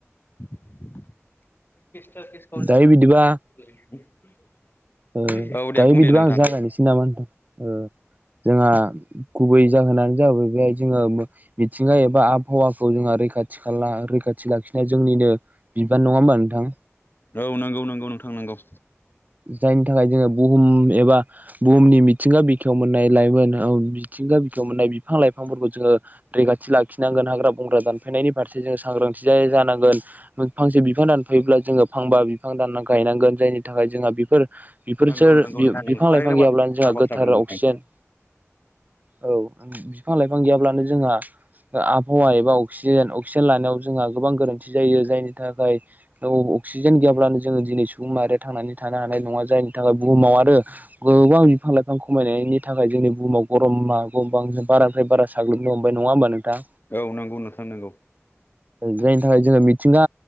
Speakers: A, on the left; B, on the right.
A: <unintelligible>
B: दायो बिदिबा ओ
A: औ दे
B: दायो
A: बुं
B: बिदिबा
A: दे नोंथां
B: आं जागायनोसै नामा नोंथां जोंहा गुबै जाहोना जाहैबाय जोङो मिथिंगा एबा आबहावाखौ जों रैखाथि खाला रैखाथि लाखि जोंनिनो बिबान नङा होमबा नोंथां?
A: औ नंगौ नंगौ नोंथां नंगौ
B: जायनि थाखाय जोङो बुहुम एबा बुहुमनि मिथिंगा बिखायाव मोननाय लाइमोन औ मिथिंगा बिखायाव मोननाय बिफां-लाइफां जोङो रैखाथि लाखिनांगोन हाग्रा बंग्रा दानफायनायनि फारसे जोङो सांग्रांथि जानांगोन। फांसे बिफां दानफायोब्ला जोङो फांबा बि फां दानना गायनांगोन जायनि थाखाय जोंहा बेफोर बेफोरसो
A: नंगौ नंगौ
B: बि-बिफां
A: नोंथां नों थारैनो
B: लाइफां गैयाब्लानो
A: बा
B: जोंहा
A: थार बाथ्रा
B: गोथार
A: बुंदों नोंथां
B: अक्सिजेन औ बि-बिफां लाइफां गैयाब्लानो जोंहा ओ आबहावा एबा अक्सिजेन अक्सिजेन लानायाव जोंहा गोबां गोरोन्थि जायो जायनि थाखाय अ अक्सिजेन गैयाब्लानो जोङो दिनै सुबुं माहारिया थांनानै थानो हानाय नङा जायनि थाखाय बुहुमाव आरो गोबां बिफां लाइफां खमायनायनि थाखाय जोंनि बुहुमाव गरमा <unintelligible> बारानिफ्राय बारा साग्लोबनो हमबाय नङा होमबा नोंथां?
A: औ नंगौ नोंथां नंगौ
B: जायनि थाखाय जोङो मिथिंगा